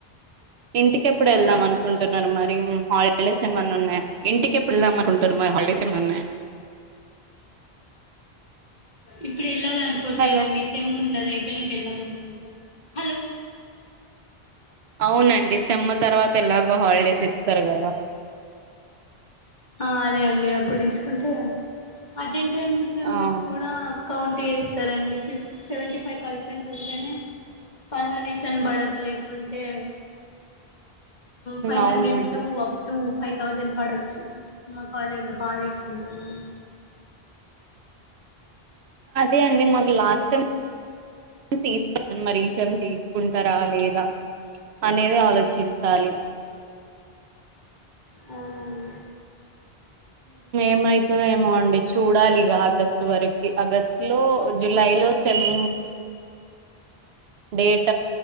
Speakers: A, on the right; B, on the left.
A: ఇంటికి ఎప్పుడు
B: హలో
A: వెళ్దాం అను కుంటున్నారు మరి హాలిడేస్ ఏమైన్నా ఉన్నాయి ఇంటిక ఎప్పుడుదాం అనుకుంటున్నారు మరి హాలిడేస్ ఏమైన్నా ఉన్నాయి
B: ఇప్పుడు వెళ్ళాల అనుకోవట్లేదండి
A: హలో
B: సమ్ ఉంది అదా అయిపోయినాక వెళ్దాం అనుకుంటారు హలో
A: అవునండి సేమ్ తర్వాత ఎలాగో హాలిడేస్ ఇస్తారు కదా
B: ఆ అదే అండి అప్పుడు తీసుకుంటే అటెండెన్స్
A: అవును
B: కూడా కౌంట్ చేస్తారండి ఫిఫ్ సెవెంటీ ఫైవ్ పర్సెంట్ ఉంటేనే పంనేషన పడదు లేకుంటే ఫైవ్
A: అవునండి
B: హండ్రెడ్ టు అప్ టు ఫైవ్ థౌజండ్ పడచ్చు మా కాలేజీ లో బాగా తీసుకుంటారండి
A: అదే అండి మాకు లాస్ట్ టైం తీసుకున్నాను మరీసేం తీసుకుంటారా లేదా అనేది ఆలోచించాలి
B: అవున అండి
A: మ్ అవుతుంద ఏమో అండి చూడాలిగా ఆగస్టు వరకి ఆగస్టు లో జులై లో సెమ్ డేట్